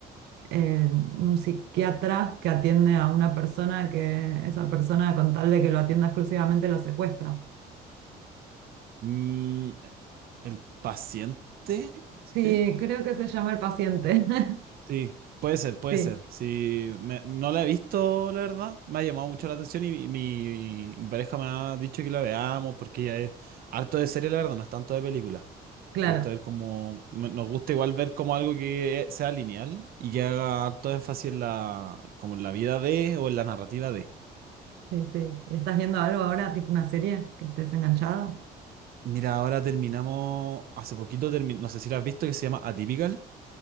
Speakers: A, on the right (about 80°); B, on the right (about 60°).
A: eh, un psiquiatra que atiende a una persona que esa persona con tal de que lo atienda exclusivamente lo secuestra.
B: Mm, el paciente,
A: Sí,
B: ¿eh?
A: creo que se llama El Paciente. <laughs>
B: Sí, puede ser, puede
A: Sí,
B: ser. Sí, me- no la he visto, la verdad. Me ha llamado mucho la atención y, mi, mi pareja me ha dicho que la veamos porque ella es harto de serie, la verdad, no es tanto de película.
A: claro.
B: Le gusta ver como, me- nos gusta igual ver como algo que eh, sea lineal y que haga harto énfasis en la, como en la vida de o en la narrativa de.
A: Sí, sí. ¿Estás viendo algo ahora, tipo una serie que estés enganchado?
B: Mira, ahora terminamos, hace poquito terminó, no sé si la has visto, que se llama Atypical.